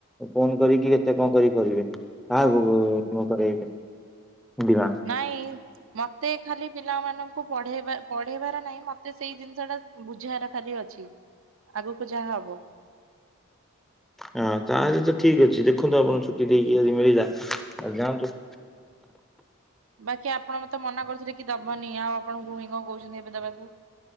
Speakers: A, in the centre; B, on the right.
A: ଫୋନ୍ କରିକି କେତେ କଣ କରି କରିବେ କାହାକୁ ମୁଁ କରବି। ଦିବା।
B: ନାଇଁ ମତେ ଖାଲି ପିଲାମାନଙ୍କୁ ପଢେଇବା ପଢେଇବାର ନାହିଁ ମତେ ସେଇ ଜିନିଷ ଟା ବୁଝହାର ଖାଲି ଅଛି ଆଗକୁ ଯାହା ହବ।
A: ହଁ ତାହେଲେ ତ ଠିକ୍ ଅଛି ଦେଖନ୍ତୁ ଆପଣଙ୍କୁ ଛୁଟି ଦେଇକି ଯଦି ମିଳିଲା ଆଉ ଯାଆନ୍ତୁ।
B: ବାକି ଆପଣ ମତେ ମନା କରୁଥିଲେ କି ଦବନି ଆଉ ଆପଣ ଭୁ କଣ କହୁଛନ୍ତି ଏବେ ଦବାକୁ।